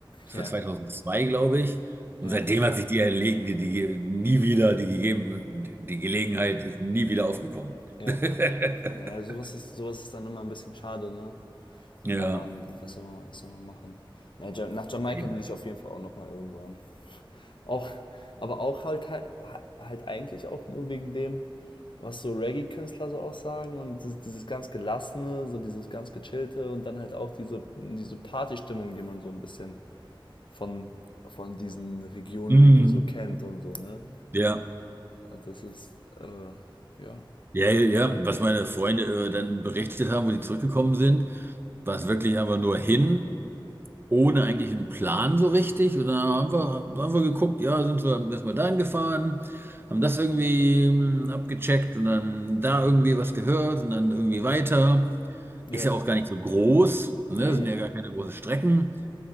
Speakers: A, on the right; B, on the left.
A: das
B: Ja.
A: war 2002, glaube ich. Und
B: Ja.
A: seitdem hat sich die, erlegen, die, die nie wieder, die gegeben, die Gelegenheit ist nie wieder aufgekommen.
B: Ja.
A: <laughs>
B: Naja, sowas ist, sowas ist dann immer ein bisschen schade, ne?
A: Ja,
B: Aber n- was soll man, was soll man machen? Naja, Ja- nach Jamaika
A: eben.
B: will ich auf jeden Fall auch nochmal irgendwann. Auch, aber auch halt, halt, halt eigentlich auch nur wegen dem, was so Reggae-Künstler so aussagen und dieses, dieses ganz Gelassene, so dieses ganz Gechillte und dann halt auch diese, diese Partystimmung, die man so ein bisschen von, von diesen Regionen
A: Mhm.
B: irgendwie so kennt und so, ne?
A: Ja,
B: Also Das ist, äh, ja.
A: ja, ja, ja. Was meine Freunde äh, dann berichtet haben, wo die zurückgekommen sind, war es wirklich einfach nur hin. ohne eigentlich einen Plan so richtig. Und dann haben wir, haben wir geguckt, ja, sind wir erstmal dahin gefahren, haben das irgendwie mm, abgecheckt und dann da irgendwie was gehört und dann irgendwie weiter.
B: Ja.
A: Ist ja auch gar nicht so groß, ne?
B: Nee,
A: Sind ja gar keine großen Strecken.